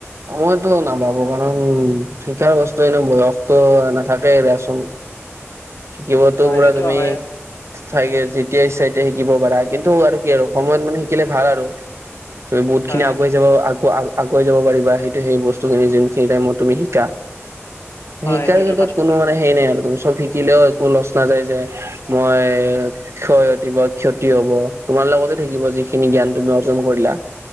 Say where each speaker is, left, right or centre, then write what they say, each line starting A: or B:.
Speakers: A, on the right (about 65°); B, on the left (about 70°).
A: মইটো নাভাবো কাৰণ শিকাৰ বস্তু এনে বয়সতো নাথাকেই দিয়াচোন। শিকিব তো
B: হয়
A: পুৰা
B: সেইটো
A: তুমি
B: হয়
A: চাগে যেতিয়া ইচ্ছা তেতিয়া শিকিব পাৰা কিন্তু আৰু কি আৰু সময়ত মানে শিকিলে ভাল আৰু। তুমি বহুত
B: হয়
A: খিনি
B: এইটো
A: আগুৱাই
B: হয়
A: যাবা আগ আগুৱাই যাব পাৰিবা সেইটো সেই বস্তুখিনি যোনখিনি টাইমত তুমি শিকা।
B: হয়
A: শিকাৰ
B: এইটোতো
A: <unintelligible>
B: কথা
A: কোনো মানে হেই নাই আৰু তুমি চব শি একো লচ নাযায় যে মই ক্ষয়তিব ক্ষতি হ'ব তোমাৰ লগতে থাকিব যিখিনি জ্ঞান তুমি অৰ্জন কৰিলা